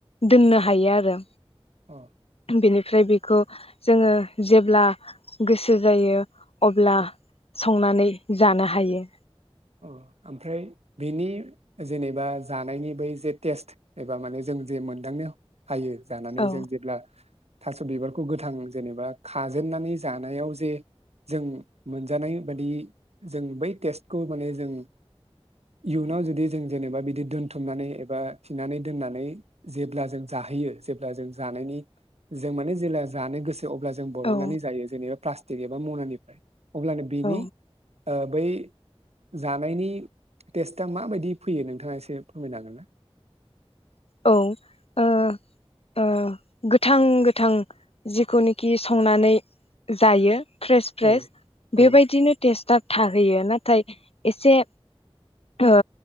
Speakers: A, on the left; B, on the right.
A: दोननो हायो आरो।
B: औ
A: बेनिफ्राय बेखौ जोङो जेब्ला गोसो जायो अब्ला संनानै जानो हायो।
B: अह ओमफ्राय बिनि जेनेबा जानायनि बै जे टेस्ट एबा माने जों जे मोनदांनायाव हायो जानानै
A: औ
B: जों जेब्ला थास' बिबारखौ गोथां जेनेबा खाजेननानै जानायाव जे जों मोनजानाय बादि जों बै टेस्ट खौ माने जों इयुनाव जुदि जों जेनेबा बिदि दोनथुमनानै एबा थिनानै दोननानै जेब्ला जों जाहैयो जेब्ला जों जानायनि जों मान जे जानो गोसो अब्ला जों बरननानै
A: औ
B: जायो जेनेबा प्लास्ट टिग एबा मनानिफ्राय अब्लानो बेनि
A: औ
B: ओ बै जानायनि टेस्टआ माबायदि फैयो नोंथाङा एसे फोरमायनो हागोन ना?
A: औ ओ ओ गोथां गोथां जिखौनाखि संनानै जायो। फ्रेस
B: औ
A: फ्रेस
B: औ
A: बेबायदिनो टेस्टआ थाहैयो नाथाय एसे ओ